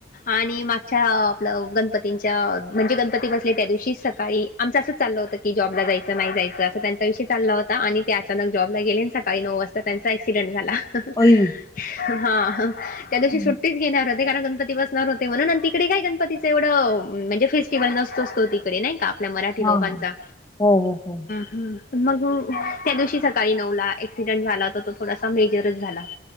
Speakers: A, on the left; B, on the left.
A: आणि मागच्या आपलं गणपतींच्या म्हणजे गणपती बसले त्या दिवशी सकाळी आमच असंच चाललं होतं की जॉबला जायचं नाही जायचं असं त्यां चा विषय चालला होता आणि ते अचानक जॉबला गेले सकाळी नऊ वाजता त्यांचा ऍक्सिडेंट झाला हां
B: अई.
A: हं त्या दिवशी
B: हा.
A: सुट्टीच घेणार होते कारण गणपती बसणार होते म्हणून तिकडे काय गणपती तेवढं म्हणजे फेस्टिवल नसतोस तो तिकडे नाही का आपल्या मराठी
B: हा.
A: लोकांचा
B: हो हो हो.
A: हं मग त्या दिवशी सकाळी नऊला ऍक्सिडेंट झाला तर तो थोडासा मेजरच झाला